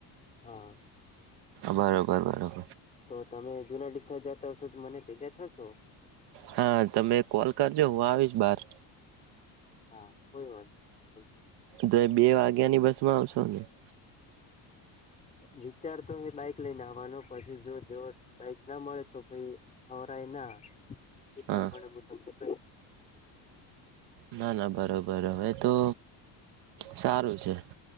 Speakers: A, on the left; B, on the right.
A: હા
B: બરોબર બરોબર.
A: તો તમે જુના ડડીસા જતા હશો તો મને ભેગા થશો.
B: હા તમે કોલ કરજો હું આવીશ બાર.
A: હા કોઈ વાત ન. હ.
B: બે વાગ. ત્યાંની બસમાં આવશો ને. <inaudible> <unintelligible>
A: વિચાર તો એ બાઈક લઈને આવવાનો પછી જો જો બાઈક ના મળે તો પ આવરાય ના. એ પરમાણે
B: હા
A: બ. <inaudible> <unintelligible>
B: ના ના બરાબર હવે તો સારું છે